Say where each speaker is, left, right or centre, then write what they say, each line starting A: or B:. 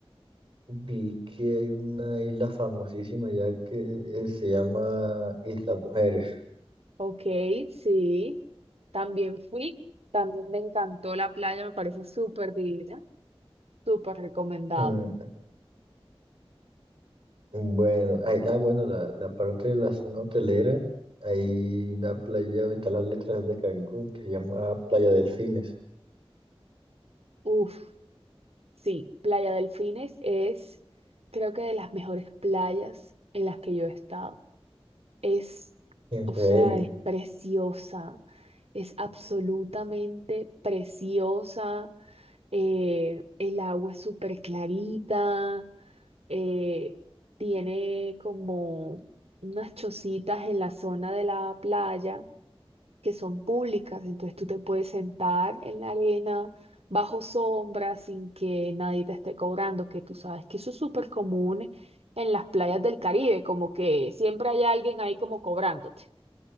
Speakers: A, on the right; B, on the right.
A: Vi que hay una isla famosísima ya que eh, se llama Isla Mujeres.
B: Ok, sí. También fui, también me encantó la playa, me parece súper divina, súper recomendado.
A: Mm, Bueno, ahí- ah, bueno, la, la parte de la zona hotelera, hay una playa donde están las letras de Cancún que se llama Playa Delfines,
B: Uf, sí, Playa Delfines es creo que de las mejores playas en las que yo he estado. Es,
A: en
B: o
A: serio.
B: sea, es preciosa, es absolutamente preciosa, eh, el agua es súper clarita, eh, tiene como unas chocitas en la zona de la playa que son públicas, entonces tú te puedes sentar en la arena bajo sombra sin que nadie te esté cobrando, que tú sabes que eso es súper común en las playas del Caribe, como que siempre hay alguien ahí como cobrándote.